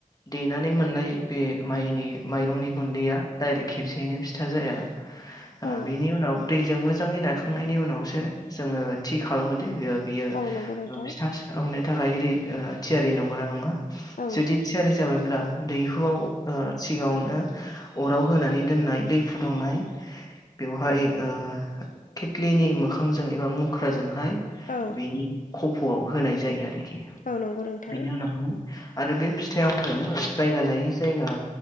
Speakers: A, on the left; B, on the left.
A: देनानै मोननाय बे माइनि माइरंनि गुन्दैया दाइरेक्ट खेबसेयैनो फिथा जाया। <inaudible> ओ
B: औ
A: बिनि उनाव दैजों मोजाङै नायखांनायनि उनावसो जोङो थि खालामो दे ओ बियो ओ
B: औ नंगौ नोंथां
A: फिथा सावनो थाखाय ओरै ओ थियारि नंगौना नङा
B: औ
A: जुदि थियारि जाबायब्ला दैहुआव ओ सिगाङावनो। अराव होनानै दोननाय दै फुदुंनाय। बेवहाय ओ खेथलिनि मोखांजों एबा मुख्राजोंहाय
B: औ।
A: खफ'आव होनाय जायो आरोखि
B: औ नंगौ नोंथां
A: बिनि उनावहाय आरो बे फिथाइयावनो जायगा लायै जायगा।